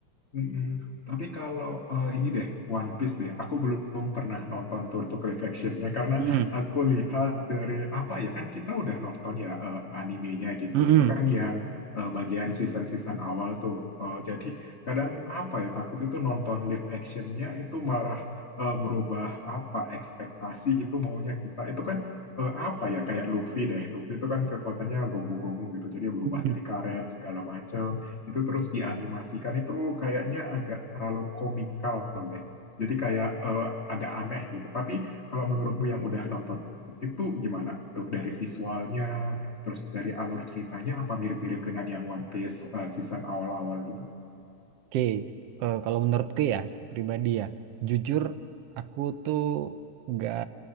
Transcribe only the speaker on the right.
Hmm,
mm-mm,
mm-mm.
Oke, Eh, kalau menurutku ya pribadi ya, jujur aku tuh nggak